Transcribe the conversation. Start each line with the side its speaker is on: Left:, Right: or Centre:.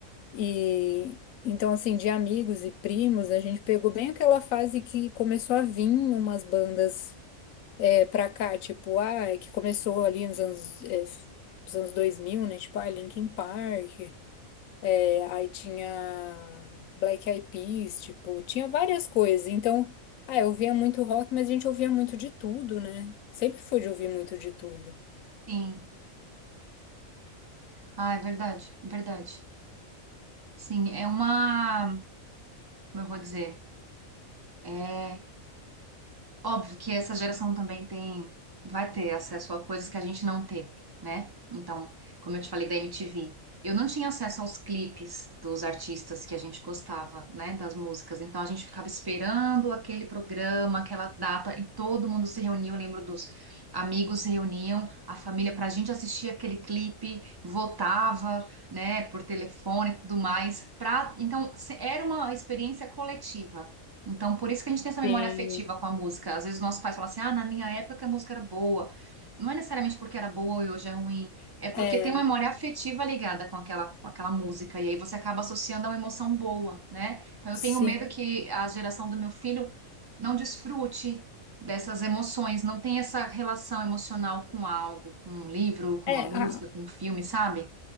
Left: E então, assim, de amigos e primos, a gente pegou bem aquela fase que começou a vir umas bandas. É pra cá, tipo, ah, é que começou ali nos anos, é, nos anos dois mil né? Tipo, ah, Linkin Park, é, aí tinha Black Eyed Peas, tipo, tinha várias coisas. Então, ah, eu ouvia muito rock, mas a gente ouvia muito de tudo, né? Sempre foi de ouvir muito de tudo.
Right: Sim. Ah, é verdade, verdade. Sim, é uma, como eu vou dizer, é Óbvio que essa geração também tem, vai ter acesso a coisas que a gente não teve, né? Então, como eu te falei da MTV, eu não tinha acesso aos clipes dos artistas que a gente gostava, né? Das músicas. Então, a gente ficava esperando aquele programa, aquela data, e todo mundo se reuniu. Eu lembro dos amigos se reuniam, a família, para a gente assistir aquele clipe, votava, né? Por telefone e tudo mais. Pra... Então, se- era uma experiência coletiva. Então, por isso que a gente tem essa memória
Left: Sim,
Right: afetiva com a música. Às vezes nossos pais falam assim: ah, na minha época que a música era boa. Não é necessariamente porque era boa e hoje é ruim, é porque
Left: É,
Right: tem uma memória afetiva ligada com aquela, com aquela música, e aí você acaba associando a uma emoção boa, né? Então eu
Left: sim.
Right: tenho medo que a geração do meu filho não desfrute dessas emoções, não tenha essa relação emocional com algo, com um livro, com
Left: É,
Right: uma música,
Left: a-
Right: com um filme, sabe?